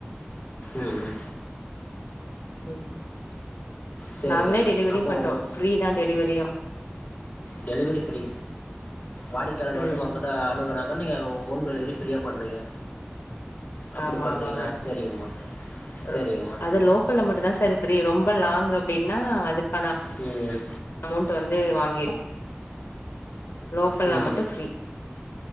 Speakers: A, on the left (about 35°); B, on the left (about 80°).
A: ம் ம்
B: ம்.
A: சரிங்கம்மா
B: நாங்களே டெலிவரியும்
A: அப்போ
B: பண்றோம்
A: உங்கள்
B: ஃப்ரீதான் டெலிவரியு
A: டெலிவரி ப்ரீ வாடிக்கையாளர் வந்து
B: ம்
A: உங்கிட்ட அணுகனாங்க
B: எஸ்.
A: நீங்க ஒன். டெலிவரி ஃப்ரீயா பண்றீங்க. அப்படி
B: ஆமா
A: பண்றீங்களா
B: ஆமாங்க
A: சரிங்கம்மா சரிங்கம்மா.
B: ரொ அது லோக்கல்ல மட்டுந்தா சார் ரொம்ப லாங் அப்படின்னா அதுக்கான.
A: ம்
B: அமௌன்ட் வந்து வாங்கி லோக்கல்ன்னா
A: ம்
B: மட்டும் ஃப்ரீ